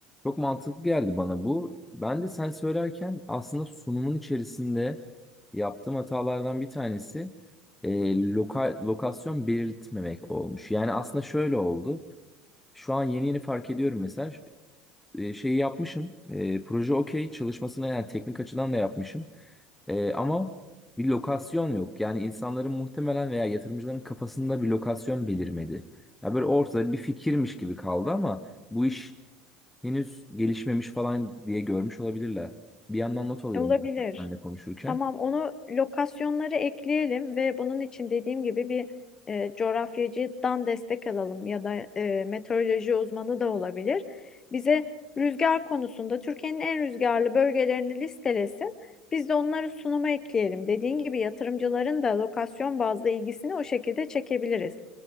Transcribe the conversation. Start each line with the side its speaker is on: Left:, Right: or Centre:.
Centre: Çok mantıklı geldi bana bu. Ben de sen söylerken aslında sunumun içerisinde yaptığım hatalardan bir tanesi e, loka- lokasyon belirtmemek olmuş. Yani aslında şöyle oldu. Şu an yeni yeni fark ediyorum mesela ş- e, şeyi yapmışım. E, proje okey çalışmasını yani teknik açıdan da yapmışım. E, ama bir lokasyon yok. Yani insanların muhtemelen veya yatırımcıların kafasında bir lokasyon belirmedi. Ya böyle ortada bir fikirmiş gibi kaldı ama bu iş henüz gelişmemiş falan diye görmüş olabilirler. Bir yandan not alıyorum
Left: Olabilir.
Centre: zaten seninle konuşurken.
Left: Tamam, onu lokasyonları ekleyelim ve bunun için dediğim gibi bir e, coğrafyacıdan destek alalım ya da e, meteoroloji uzmanı da olabilir. Bize rüzgar konusunda Türkiye'nin en rüzgarlı bölgelerini listelesin. Biz de onları sunuma ekleyelim. Dediğin gibi yatırımcıların da lokasyon bazlı ilgisini o şekilde çekebiliriz.